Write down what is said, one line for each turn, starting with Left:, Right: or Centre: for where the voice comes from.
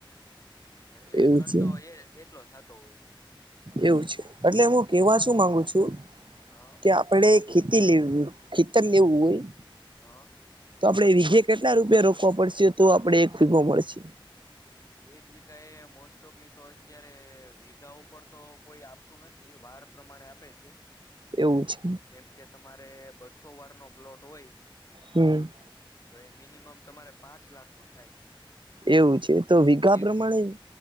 Left: એટલે
Right: એવું
Left: ખર્ચો
Right: છે
Left: એ એટલો થતો હોય.
Right: એવું છે એટલે હું કેવા શું માંગુ છું
Left: હ અ.
Right: કે આપણે ખેતી લે ખેતર લેવું હોય.
Left: હા.
Right: તો આપડે વિજે કેટલા રૂપિયા રોકવા પડશે તો આપડે એક ભેગો મળશે.
Left: એક વીઘા એ મોસ્ટ ઓફલી તો અત્યારે વીઘા ઉપર તો કોઈ. આપતુ નથી વાર પ્રમાણે આપે છે.
Right: એવું છે.
Left: જેમ કે તમારે બસો વાર નો પ્લોટ હોય.
Right: હમ.
Left: તો એ મિનિમમ તમારે પાંચ લાખ નો થાય.
Right: એવું છે
Left: એટલે
Right: તો વિગા
Left: એક
Right: પ્રમાણે.